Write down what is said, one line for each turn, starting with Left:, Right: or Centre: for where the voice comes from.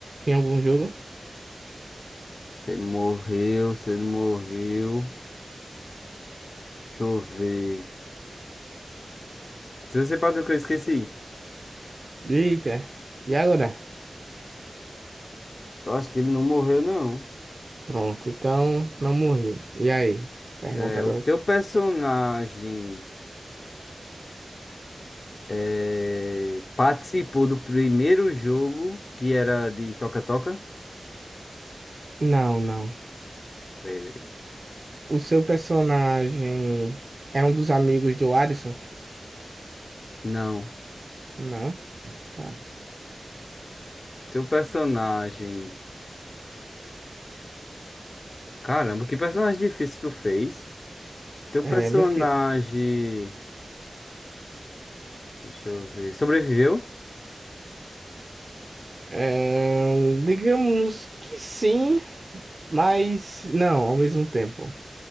Right: em algum jogo?
Left: Se ele morreu, se ele morreu. Deixa eu ver. Se você para do que eu esqueci.
Right: Eita, e agora?
Left: Eu acho que ele não morreu, não.
Right: Pronto, então não morreu. E aí? Pergunta
Left: É,
Right: agora.
Left: o teu
Right: tu.
Left: personagem é, participou do primeiro jogo que era de toca-toca?
Right: Não, não.
Left: Beleza.
Right: O seu personagem é um dos amigos do Alisson?
Left: Não.
Right: Não, tá.
Left: Teu personagem. Caramba, que personagem difícil tu fez? Teu
Right: É,
Left: personagem.
Right: meu filho.
Left: Deixa eu ver. Sobreviveu?
Right: É, digamos que sim. Mas não, ao mesmo tempo.